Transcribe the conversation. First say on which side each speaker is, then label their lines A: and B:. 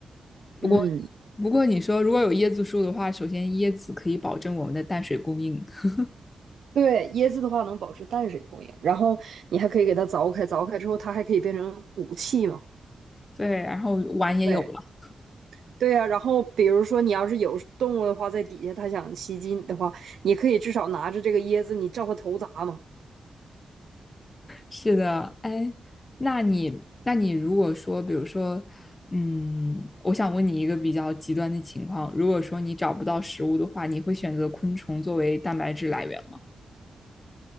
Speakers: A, on the left (about 25°); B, on the right (about 70°).
A: 不过
B: 嗯，
A: 不过你说如果有椰子树的话，首先椰子可以保证我们的淡水供应，<laughs>
B: 对，椰子的话能保持淡水供应，然后你还可以给它凿开，凿开之后它还可以变成武器嘛。
A: 对，然后碗也有了。
B: 对对呀、然后比如说你要是有动物的话，在底下它想袭击你的话，你可以至少拿着这个椰子，你照它头砸嘛。
A: 是的，哎，那你，那你如果说，比如说，嗯，我想问你一个比较极端的情况，如果说你找不到食物的话，你会选择昆虫作为蛋白质来源吗？